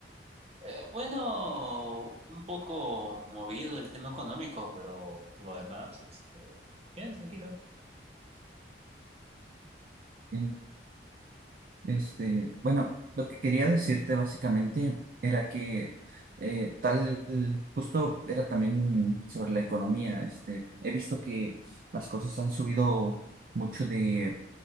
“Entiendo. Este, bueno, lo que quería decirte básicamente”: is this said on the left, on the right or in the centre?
Right